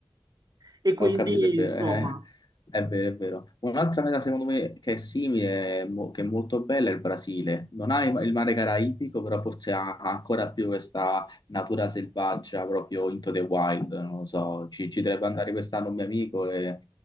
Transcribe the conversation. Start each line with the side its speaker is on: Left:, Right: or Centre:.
Right: E quindi,
Left: Ho capito, è vero,
Right: insomma,
Left: eh. È vero, è vero. Un'altra meta secondo me che è simile, mo- che è molto bella, è il Brasile. Non ha il il mare caraibico, però forse ha ha ancora più questa natura selvaggia, proprio into the wild, non lo so. Ci, ci dovrebbe andare quest'anno un mio amico e